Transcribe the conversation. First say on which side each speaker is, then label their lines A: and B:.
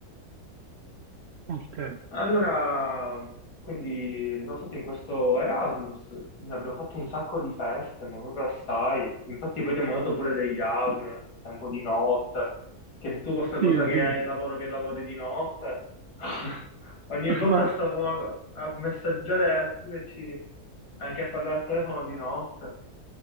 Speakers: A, on the right (about 65°); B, on the left (about 90°).
A: Ok,
B: Allora, quindi sono stato in questo Erasmus, ne abbiamo fatto un sacco di feste, ma proprio assai. Infatti poi ti ho mandato pure degli audio nel frattempo di notte, che se tu con questa
A: sì,
B: cosa che
A: sì,
B: hai il lavoro che lavori di notte, <laughs> ogni
A: <laughs>
B: volta
A: Ma
B: stavo a, a messaggiare e a scriverci anche a parlare al telefono di notte.